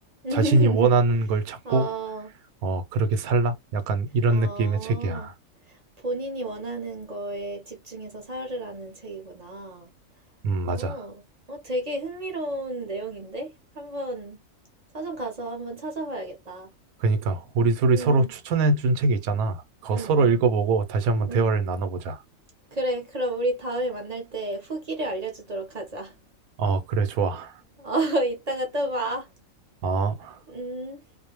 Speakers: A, on the right (about 40°); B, on the right (about 80°).
A: 응.
B: 자신이 원하는 걸 찾고
A: <laughs> 어,
B: 어 그렇게 살라? 약간 이런
A: 어,
B: 느낌의 책이야.
A: 본인이 원하는 거에 집중해서 살으라는 책이구나.
B: 음,
A: 어,
B: 맞아.
A: 어, 되게 흥미로운 내용인데? 한번 서점 가서 한번 찾아봐야겠다.
B: 그니까 우리 둘이
A: 응,
B: 서로 추천해 준 책이 있잖아. 그거
A: 응,
B: 서로
A: 응,
B: 읽어보고 다시 한번
A: 응.
B: 대화를 나눠보자.
A: 그래, 그럼 우리 다음에 만날 때 후기를 알려주도록 하자.
B: 어, 그래, 좋아.
A: <laughs> 어, 이따가 또 봐.
B: 어.
A: 음.